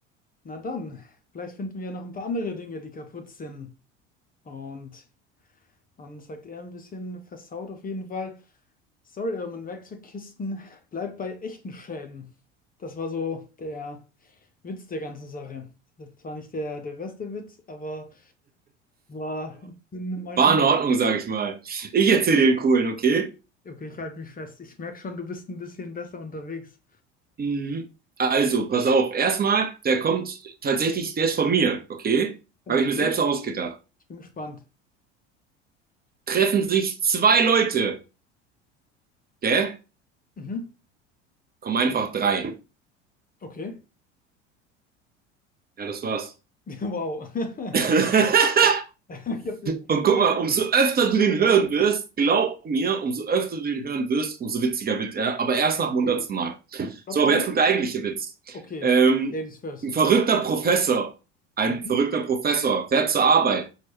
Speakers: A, on the left; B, on the right.
A: na dann, vielleicht finden wir ja noch ein paar andere Dinge, die kaputt sind. Und Dann sagt er ein bisschen versaut auf jeden Fall. Sorry, aber mein Werkzeugkisten <laughs> bleibt bei echten Schäden. Das war so der Witz der ganzen Sache. Das war nicht der, der beste Witz, aber war in mein
B: War
A: Humor.
B: in Ordnung, sag ich mal. Ich erzähle den coolen, okay?
A: Okay, ich halte mich fest. Ich merke schon, du bist ein bisschen besser unterwegs.
B: Mhm. Also, pass auf. Erstmal, der kommt tatsächlich, der ist von mir, okay?
A: Okay,
B: Habe ich mir selbst ausgedacht.
A: ich bin gespannt.
B: Treffen sich zwei Leute, gell?
A: Mhm.
B: Kommen einfach drei.
A: Okay.
B: Ja, das war's.
A: <laughs> Wow. <laughs>
B: <laughs>
A: Ich habe den
B: Und guck
A: Platten
B: mal, umso öfter du den hören wirst, glaub mir, umso öfter du den hören wirst, umso witziger wird er. Aber erst nach dem hundertsten Mal.
A: Job,
B: So, aber
A: Tim.
B: jetzt kommt der eigentliche Witz.
A: Okay,
B: Ähm,
A: Ladies first.
B: ein verrückter Professor, ein
A: Mhm.
B: verrückter Professor fährt zur Arbeit.